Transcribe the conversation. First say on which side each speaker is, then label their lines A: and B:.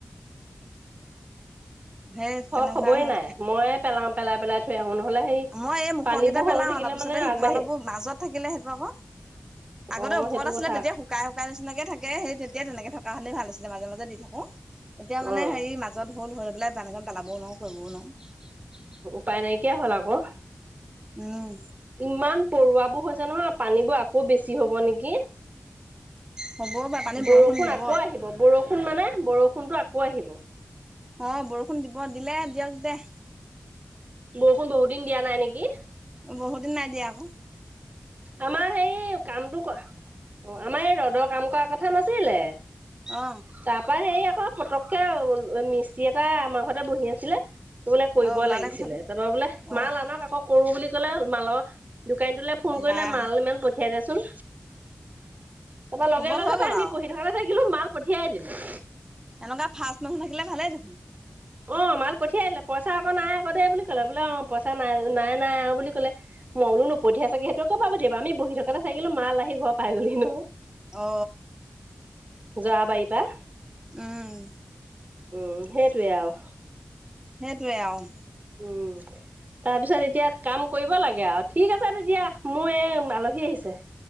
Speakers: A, on the right; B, on the right.
A: <unintelligible>
B: হে তেনেকুৱা
A: খবৰেই
B: হ
A: নাই মইয়ে পেলাও পেলাই পেলাই থৈ আহো নহ'লে হেৰি
B: মই এই মুখৰকেইটা
A: পানীবোৰ
B: পেলাও
A: হৈ থাকিলে
B: তাৰপিছতে
A: মানে
B: সিফালবোৰ
A: আগবাঢ়ি
B: মাজত থাকিলে সেইটো আক, আগতে
A: অ',
B: ওপৰত
A: সেইটো
B: আছিলে
A: কথা
B: তেতিয়া শুকাই শুকাই নিচিনাকে থাকে সেই তেতিয়াই তেনেকে থাকো। থকা হলেই ভাল আছিলে মাজে মাজে দি থাকো এতিয়া মানে
A: অ'।
B: সেই মাজত হ'ল হৈ পেলাই বান পেলাবও নোৱাৰো কৰিবও নোৱাৰো।
A: উপাই নাইকিয়া হ'ল আকৌ
B: উম
A: ইমান পৰুৱাবোৰ হৈছে। ছে নহয় পানীবোৰ আকৌ বেছি হ'ব নেকি।
B: হ'বও পাৰে পানী
A: বৰষুণ
B: দিব
A: আকৌ আহিব বৰষুণ মানে বৰষুণতটো আকৌ আহিব।
B: অ বৰষুণ দিব দিলে দিয়ক দে।
A: বৰষুণ বহুত দিন দিয়া নাই নেকি।
B: বহুত দিন নাই দিয়া আক
A: আমাৰ সেই কামটো কোৱা। অ আমাৰ এই ৰ'দৰ কাম কৰাৰ কথা নাছিলে
B: অ
A: তাৰ পৰা সেই, পতকে মিস্ত্ৰী এটা আমাৰ ঘৰতে বহি আছিলে। বোলে কৰিব
B: অ ওলালে
A: লাগিছিলে
B: কথাটো
A: তাৰপৰা বোলে মাল
B: অ
A: আনক আকৌ কৰো বুলি ক'লে মালৰ দোকানীটো ফোন কৰিলে
B: বাহ
A: মাল ইমান পঠিয়াই দিয়া চোন তাৰপৰা লগে
B: কোবত
A: লগে
B: হৈ
A: পাই
B: গ'ল
A: আমি
B: আৰু
A: পঢ়ি থকা <inaudible> মাল পঠিয়াই দিলোঁ।
B: এনেকুৱা ফাৰ্ষ্ট মানুহ থাকিলে ভালে দেখোন।
A: অ মাল পঠিয়াই দিলে পইচা আকৌ নাই আকৌ দে বুলি কলে বোলে অ পইচা নাই নাই নাই আৰু বুলি ক'লে। মই বুলো নপঠিয়াই চাগে সেইটোৱে কৰপৰা পঠিয়াব আমি বহি থকাতে থাকিলো মাল আহি ঘৰ পাই গ'ল হি হেনোঁ।
B: অ।
A: জোৱা বাৰী পৰা।
B: উম।
A: উম সেইটোৱে আৰু।
B: সেইটোৱে আৰু।
A: উম। তাৰ পিছত এতিয়া কাম কৰিব লাগে আৰু ঠিক আছে তেতিয়া মোৰ এই আলহী আহিছে।